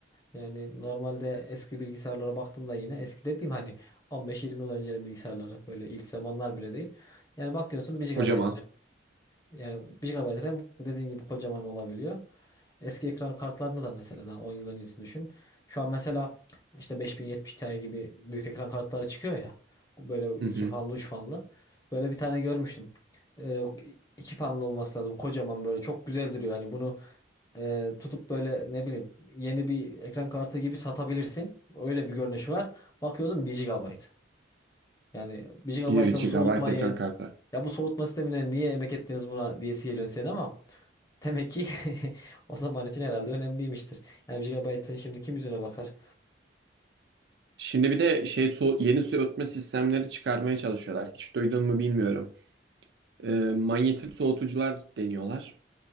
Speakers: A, on the left; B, on the right.
A: Yani normalde eski bilgisayarlara baktığımda yine eski dediğim hani on beş yirmi yıl öncenin bilgisayarları böyle ilk zamanlar bile değil. Yani bakıyorsun 1
B: Kocaman.
A: GB yani bir GB RAM dediğin gibi kocaman olabiliyor. Eski ekran kartlarında da mesela daha 10 yıl öncesini düşün. Şu an mesela işte 5070 Ti gibi büyük ekran kartları çıkıyor ya. Böyle
B: Hı
A: 2
B: hı.
A: fanlı 3 fanlı. Böyle bir tane görmüştüm. Ee, 2 fanlı olması lazım. Kocaman böyle çok güzel duruyor. Hani bunu e, tutup böyle ne bileyim yeni bir ekran kartı gibi satabilirsin. Öyle bir görünüşü var. Bakıyorsun bir GB. Yani bir GB'a
B: 1 GB
A: bu soğutmayı
B: ekran kartı.
A: ya bu soğutma sistemine niye emek ettiniz buna diyesi geliyor senin ama demek ki <laughs> o zaman için herhalde önemliymiştir. Yani 1 GB'ın şimdi kim yüzüne bakar?
B: Şimdi bir de şey so yeni soğutma sistemleri çıkarmaya çalışıyorlar. Hiç duydun mu bilmiyorum. Ee, manyetik soğutucular deniyorlar.